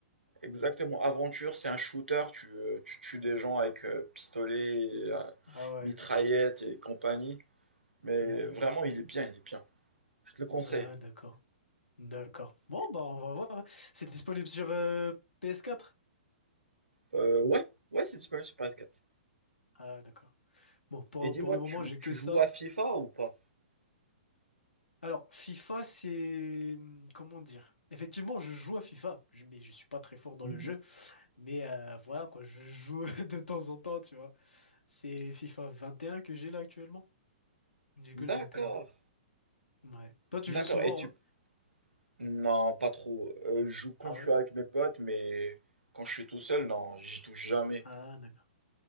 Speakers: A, on the right (about 85°); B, on the left (about 80°).
A: Exactement. Aventure, c'est un shooter, tu, euh, tu tues des gens avec euh, pistolet, et, euh,
B: Ah ouais.
A: mitraillette et compagnie. Mais
B: Mhm.
A: vraiment, il est bien, il est bien. Je te le conseille.
B: Ah, d'accord. D'accord. Bon,
A: Et,
B: bah, on va voir. hein. C'est disponible sur euh, ps quatre
A: euh, ouais, ouais, c'est disponible sur PS4.
B: Ah, d'accord. Bon, pour,
A: Et dis-moi,
B: pour le
A: tu,
B: moment, j'ai que
A: tu
B: ça.
A: joues à FIFA ou pas?
B: Alors, FIFA, c'est... hum, Comment dire? Effectivement, je joue à FIFA, je- mais je suis pas très fort dans
A: Mhm.
B: le jeu. Mais euh, voilà, quoi, je joue <laughs> de temps en temps, tu vois. C'est FIFA vingt et un que j'ai là actuellement. J'ai
A: D'accord,
B: que le vingt et un Ouais. Toi, tu
A: d'accord.
B: joues souvent,
A: Et tu...
B: hein?
A: Non, pas trop. Euh, je joue quand
B: Ah
A: je
B: ouais?
A: suis avec mes potes, mais quand je suis tout seul, non, j'y touche jamais.
B: Ah, d'accord.